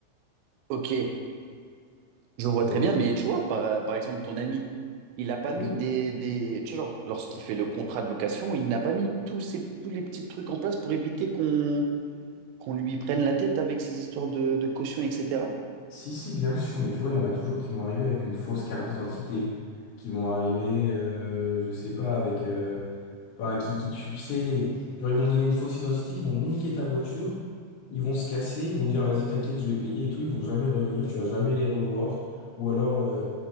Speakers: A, on the right; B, on the left.
A: ok, je vois
B: tu
A: très
B: vois.
A: bien, mais tu vois, par, euh, par exemple, ton ami, il n'a pas mis
B: Oui.
A: des, des, tu vois, genre, lorsqu'il fait le contrat de location, il n'a pas mis tous ces, tous les petits trucs en place pour éviter qu'on qu'on lui prenne la tête avec ces histoires de, de caution, etc.
B: Si, si, bien sûr, mais tu vois, il y en a toujours qui vont arriver avec une fausse carte d'identité, qui vont arriver, euh, je sais pas, avec... euh, Enfin, qui, qui tu, tu sais, genre ils vont te donner une fausse identité, ils vont niquer ta voiture, ils vont se casser, ils vont te dire vas-y t'inquiète, je vais payer et tout, ils vont jamais revenir, tu vas jamais les revoir. Ou alors euh,